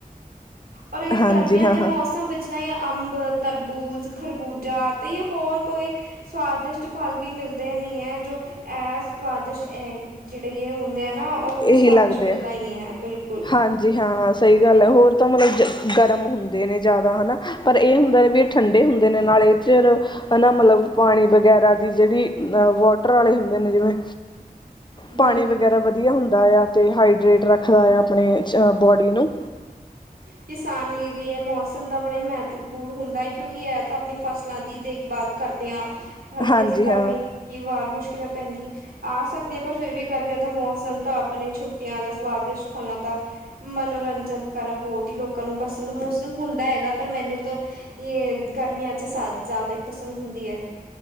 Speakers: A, on the right; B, on the left.
A: ਔਰ ਇਸ
B: ਹਾਂਜੀ
A: ਗਰਮੀਆਂ
B: ਹਾਂ
A: ਦੇ
B: ਹਾਂ
A: ਮੌਸਮ ਵਿੱਚ ਨਾ ਇਹ ਅੰਬ, ਤਰਬੂਜ਼ ਖਰਬੂਜਾ ਤੇ ਹੋਰ ਕੋਈ ਸਵਾਦਿਸ਼ਟ ਫਲ ਵੀ ਮਿਲਦੇ ਨੀਂ ਐ ਜੋ ਐ ਸਵਾਦਿਸ਼ਟ ਐ ਜੇੜੇ ਯੇ ਹੁੰਦ ਦੇ ਐ ਨਾ, ਹੋਰ ਕੋਈ
B: ਇਹੀ
A: ਸਵਾਦਿਸ਼ਟ
B: ਲੱਗਦੇ
A: ਮਿਲਦਾ
B: ਆ
A: ਹੀ ਨੀਂ ਐ, ਬਿਲਕੁਲ।
B: ਹਾਂਜੀ ਹਾਂ। ਸਹੀ ਗੱਲ ਐ, ਹੋਰ ਤਾਂ ਮਤਲਬ 'ਜ ਗਰਮ ਹੁੰਦੇ ਨੇ ਜਾਦਾ ਹੈ ਨਾ। ਪਰ ਇਹ ਹੁੰਦੈ ਵਿ ਠੰਡੇ ਹੁੰਦੇ ਨੇ ਨਾਲੇ, ਚਿਰ ਹਨਾ ਮਤਲਬ, ਪਾਣੀ ਵਗੈਰਾ ਦੀ ਜੇੜੀ ਲ ਵੋ ਟਰਾਲੇ ਹੁੰਦੇ ਨੇ ਜਿਵੇਂ, ਪਾਣੀ
A: ਬਿਲਕੁਲ
B: ਵਗੈਰਾ ਵਧ ਵਧੀਆ ਹੁੰਦਾ ਆ ਤੇ ਹਾਈਡਰੇਟ ਰੱਖਦਾ ਆ ਆਪਣੇ ਬੋਡੀ ਨੂੰ।
A: ਕਿਸਾਨ ਲਈ ਵੀ ਇਹ ਮੌਸਮ ਦਾ ਬੜਾ ਹੀ ਮਹੱਤਵਪੂਰਨ ਹੁੰਦਾ ਹੈ, ਕਿਉਂਕਿ ਇਹ ਤਾਂ ਆਪਣੀ ਫਸਲਾਂ ਦੀ ਦੇਖਭਾਲ ਕਰਦੇ ਹਾਂ, ਹਲਕੇ
B: ਹਾਂਜੀ
A: 'ਚ ਗਰਮੀ
B: ਹਾਂ
A: ਕੀ ਵਾਰ ਮੁਸ਼ਕਿਲਾਂ ਪੈਂਦੀ ਆ ਸਕਦੀ ਏ, ਪਰ ਫਿਰ ਵੀ ਗਰਮੀਆਂ ਦਾ ਮੌਸਮ ਤਾਂ ਆਪਣੇ ਛੁੱਟੀਆਂ ਦਾ ਸਵਾਦਿਸ਼ਟ ਫਲਾਂ ਦਾ ਮਨੋਰੰਜਨ ਕਰ ਬਹੁਤ ਹੀ ਲੋਕਾਂ ਨੂੰ ਪਸੰਦ, ਮੌਸਮ ਹੁੰਦਾ ਹੈਗਾ ਪਰ ਮੈਨੂੰ ਤਾਂ ਯੇ ਗਰਮੀਆਂ 'ਚ ਸਾ ਜ਼ਿਆਦਾ ਹੀ ਪਸੰਦ ਹੁੰਦੀ ਐ।